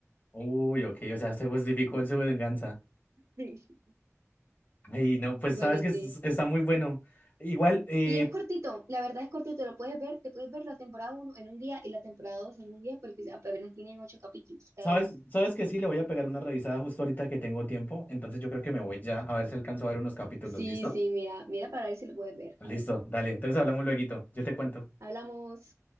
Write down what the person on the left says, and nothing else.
Uy, ok, o sea, se justificó en su venganza.
Ay, no, pues
sabes que
es- está muy bueno. Igual, eh,
¿Sabes?
¿Sabes que sí? Le voy a pegar una revisada justo ahorita que tengo tiempo. Entonces yo creo que me voy ya a ver si alcanzo a ver unos capítulos.
¿Listo?
Listo,
dale. Entonces hablamos lueguito. Yo te cuento.